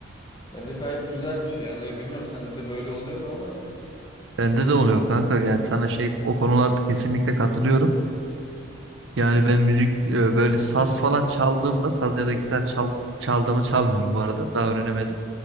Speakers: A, on the left (about 25°); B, on the right (about 75°).
A: Bence gayet güzel bir şey. Yani bilmiyorum sende de böyle oluyor mu ama.
B: Bende de oluyor kanka yani sana şey o konularda kesinlikle katılıyorum. Yani ben müzik e, böyle saz
A: <clears throat>
B: falan çaldığımda saz ya da gitar çal, çaldığımı çalmıyorum bu arada daha öğrenemedim.